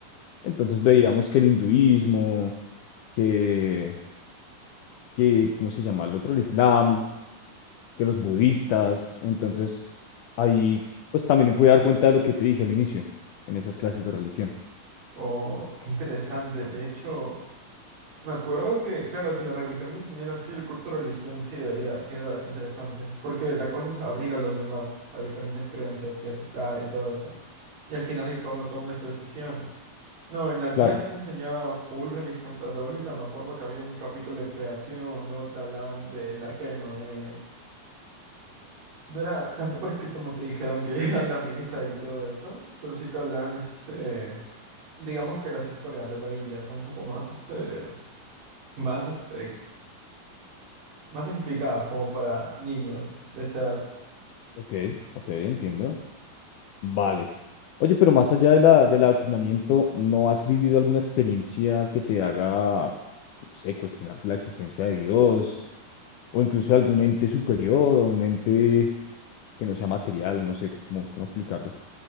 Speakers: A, on the left; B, on the right.
A: Entonces veíamos que el hinduismo, que, que, ¿cómo se llama el otro? El islam que los budistas. Entonces, ahí pues también me pude dar cuenta de lo que te dije al inicio, en esas clases de religión.
B: Oh, qué interesante. De hecho, me acuerdo que, claro, si la religión te enseñara así, el curso de religión sí debería, sí era interesante. Porque la cosa es abrir a los demás a diferentes creencias y aceptar y todo eso. Y al final que cada uno tome su decisión. No, en la mía
A: Claro.
B: sí se enseñaba full religión católica. Me acuerdo que había un capítulo de creación, luego te hablaban del arca de Noé. No era, tampoco es que como te dijeran que <laughs> anda a misa y todo eso, pero sí te hablan, este, digamos que las historias de la Biblia, ¿no? Un poco más, este, más, este, ex- más explicadas como para niños de esa edad.
A: Ok, ok, entiendo. Vale. Oye, pero más allá de la, del adoctrinamiento, ¿no has vivido alguna experiencia que te haga, no sé, cuestionar la existencia de Dios o incluso algún ente superior o un ente que no sea material? No sé cómo, cómo explicarlo.